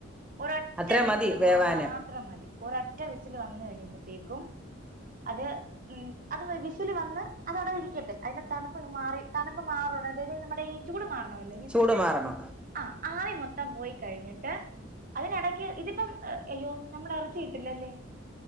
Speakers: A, on the right (about 40°); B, in the centre.
A: ഒരൊറ്റ
B: അത്രയും
A: വിസില്
B: മതി വേവാന്
A: മാത്രം മതി ഒരൊറ്റ വിസിൽ വന്ന് കഴിയുമ്പത്തേക്കും അത് ഉം അത് വിസില് വന്ന് അതവിടെ ഇരിക്കട്ടെ അതിന്റെ തണുപ്പ് മാറി തണുപ്പ് മാറണം അതായത് നമ്മുടെ ഈ ചൂട് മാറണമല്ലോ വിസില്ന്റെ
B: ചൂട് മാറണം
A: ആ ആവി മൊത്തം പോയി കഴിഞ്ഞിട്ട് അതിനെടക്ക് ഇതിപ്പം അയ്യോ നമ്മളെ റച്ചി ഇട്ടില്ലല്ലേ